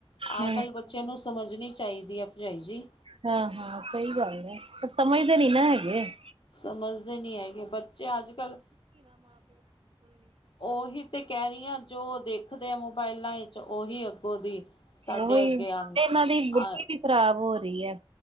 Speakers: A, on the left (about 60°); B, on the right (about 70°).
A: ਆ
B: ਹੂੰ
A: ਗੱਲ ਬ ਬੱਚੇਆ ਨੂੰ ਸਮਝਨੀ ਚਾਈਦੀ ਐ ਪਰਜਾਈ ਜੀ।
B: ਹਾਂ-ਹਾਂ ਸਹੀ ਗੱਲ ਏ, ਪਰ ਸਮਝਦੇ ਨੀ ਨਾ ਹੈਗੇ। <inaudible>
A: ਸਮਝਦੇ ਨਹੀਂ ਹੈਗੇ ਬੱਚੇ ਅੱਜ ਕੱਲ ੳਹੀ ਤੇ ਕੈ ਰਹੀ ਆਂ, ਜੋ ਦੇਖਦੇ ਆ ਮੋਬਾਇਲਾਂ ਚ ੳਹੀ ਅੱਗੋਂ ਦੀ ਸਾਡੇ
B: ਉਹੀ
A: ਅੱਗੇ ਆਂਦ
B: ਤੇ ਇਹਨਾਂ ਦੀ ਬੁੱਧੀ
A: ਆ
B: ਵੀ ਖ਼ਰਾਬ ਹੋ ਰਈ ਐ।